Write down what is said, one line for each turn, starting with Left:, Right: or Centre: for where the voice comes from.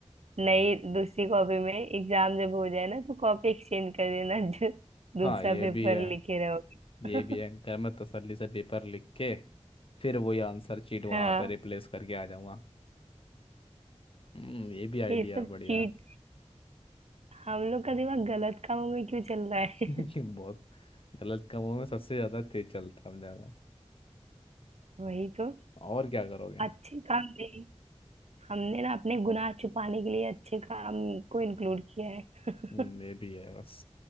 Right: नई दूसरी कॉपी में एग्जाम जब हो जाए ना तो कॉपी एक्सचेंज कर देना जो दूसरा
Left: हाँ ये
Right: पेपर
Left: भी है
Right: लिखे रहोगे
Left: ये
Right: <laughs>
Left: भी है घर में तसल्ली से पेपर लिख के फिर वही आंसर चीट वहां
Right: हाँ
Left: पर रिप्लेस करके आ जाऊंगा हम्म ये भी आइडिया
Right: ये सब
Left: बढ़िया
Right: चीट
Left: है
Right: हम लोग का दिमाग गलत कामों में क्यों चल रहा
Left: <laughs>
Right: है
Left: लेकिन बहुत गलत कामों में सबसे ज्यादा तेज चलता हम ज्यादा
Right: <laughs> वही तो
Left: और क्या करोगे
Right: अच्छे काम में हमने ना अपने गुनाह छुपाने के लिए अच्छे काम को इंक्लूड किया है
Left: हम्म, ये
Right: <laughs>
Left: भी है बस